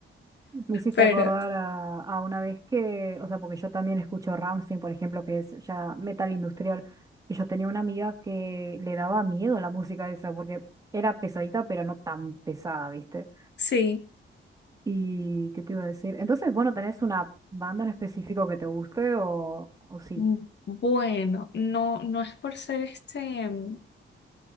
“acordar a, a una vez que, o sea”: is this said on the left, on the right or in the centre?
Right